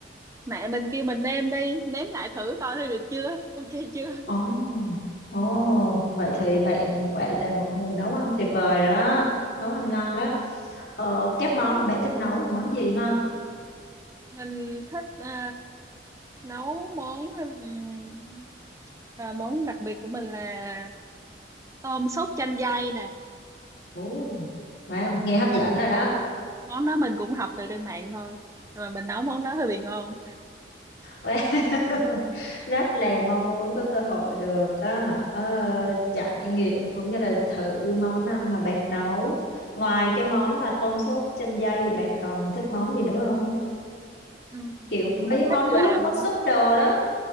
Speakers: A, on the right; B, on the left.
A: mẹ mình kêu mình nêm đi nếm lại thử coi thấy được chưa <laughs> ok chưa
B: Ồ, ồ,
A: Ừ,
B: vậy thì bạn quả là một người nấu ăn tuyệt vời rồi đó, nấu ăn ngon đó. Ờ, các món mà bạn
A: cũng
B: thích
A: được.
B: nấu là món gì ha?
A: mình thích ờ, nấu món ừm, ờ, món đặc biệt của mình là tôm sốt chanh dây nè
B: Ồ, wow,
A: Ừm,
B: nghe hấp dẫn rồi đó.
A: món đó mình cũng học từ trên mạng thôi nhưng mà mình nấu món đó hơi bị ngon
B: Wow. <laughs> Rất là mong muốn có cơ hội được á hả, ờ, trải nghiệm cũng như là thử món ăn mà bạn nấu. Ngoài cái món mà tôm sốt chanh dây thì bạn còn thích món gì nữa không?
A: Ừm,
B: Kiểu mấy
A: mình
B: món
A: thích làm
B: nước, món súp đồ đó.